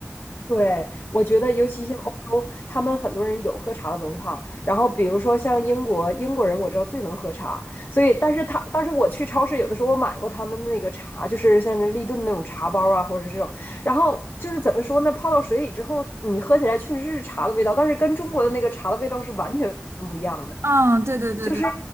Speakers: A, on the left; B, on the right.
A: 对，我觉得尤其像欧洲，他们很多人有喝茶的文化。然后比如说像英国，英国人我知道最能喝茶，所以但是他，但是我去超市有的时候我买过他们那个茶，就是像是立顿那种茶包啊，或者是这种。然后就是怎么说呢，泡到水里之后，你喝起来确实是茶的味道，但是跟中国的那个茶的味道是完全不一样的。
B: 嗯，对对对对。
A: 就是